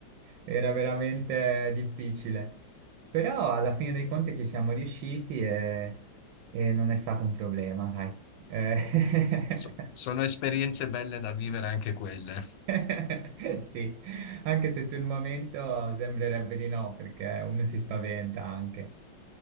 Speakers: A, on the right; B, on the left.
A: era veramente difficile. Però alla fine dei conti ci siamo riusciti e, e non è stato un problema, dai. Eh,
B: so-
A: <laughs>
B: sono esperienze belle da vivere anche quelle.
A: <laughs> Sì, anche se sul momento sembrerebbe di no, perché uno si spaventa anche.